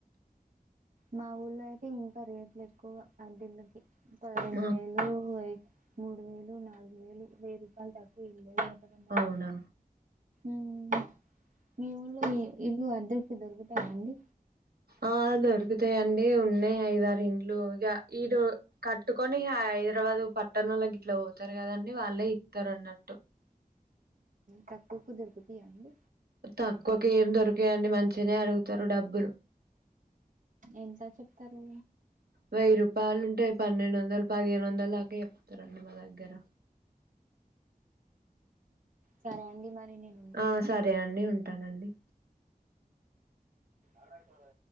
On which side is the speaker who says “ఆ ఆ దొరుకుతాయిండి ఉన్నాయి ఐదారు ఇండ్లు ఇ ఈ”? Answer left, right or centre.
Right